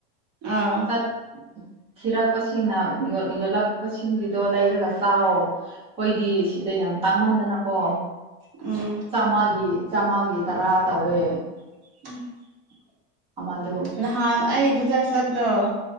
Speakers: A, on the right; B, on the right.
A: ꯑꯥ
B: <unintelligible> ꯊꯤꯔꯛꯄꯁꯤꯡꯅ ꯌꯣꯜ ꯌꯦꯜꯂꯛꯄꯁꯤꯡꯒꯤꯗꯣ ꯂꯩꯔꯒ ꯆꯥꯎ ꯑꯩꯈꯣꯏꯗꯤ ꯁꯤꯗ ꯌꯥꯝ ꯇꯥꯡꯃꯟꯗꯅꯀꯣ
A: ꯎꯝ
B: ꯆꯥꯝꯃꯒꯤ ꯆꯥꯝꯃꯒꯤ ꯇꯔꯥ ꯇꯧꯋꯦ
A: <unintelligible>
B: ꯑꯃꯗꯨ
A: ꯅꯍꯥꯟ ꯑꯩ ꯕꯖꯥꯔ ꯆꯕꯗꯣ